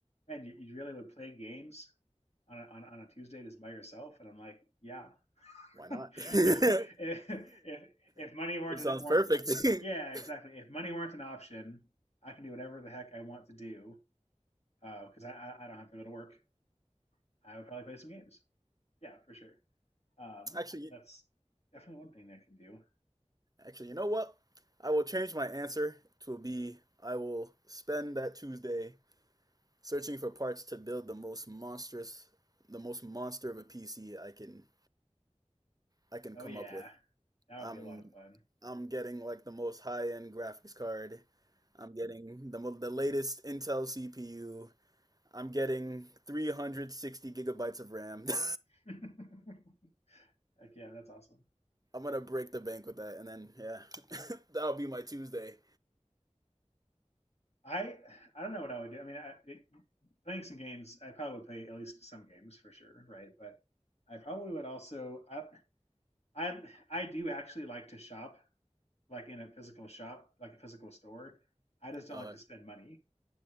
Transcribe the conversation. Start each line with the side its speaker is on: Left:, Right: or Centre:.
Left: "Man, you, you really would play games on a, on, a- on a Tuesday just by yourself?" And I'm like, "Yeah, <laughs>
Right: Why not?
Left: if,
Right: <laughs> that
Left: if if if money weren't
Right: sounds
Left: an weren't
Right: perfect. <laughs>
Left: yeah exactly if money weren't an option, I can do whatever the heck I want to do because I, I I don't have to go to work. I would probably play some games. Yeah, for sure." Um,
Right: actually,
Left: that's definitely one thing that I could do.
Right: actually, you know what? I will change my answer to be I will spend that Tuesday searching for parts to build the most monstrous, the most monster of a PC I can I can
Left: Oh
Right: come
Left: yeah,
Right: up with.
Left: that
Right: I'm
Left: would be a lot of fun.
Right: I'm getting like the most high-end graphics card. I'm getting the mo- the latest Intel CPU. I'm getting 360 gigabytes of RAM. <laughs>
Left: <laughs> like yeah, that's awesome.
Right: I'm gonna break the bank with that, and then yeah, <laughs> that'll be my Tuesday.
Left: I I don't know what I would do. I mean, I, it, playing some games, I probably would play at least some games for sure, right? But I probably would also I I I do actually like to shop, like in a physical shop, like a physical store. I just don't
Right: Uh,
Left: like to spend money.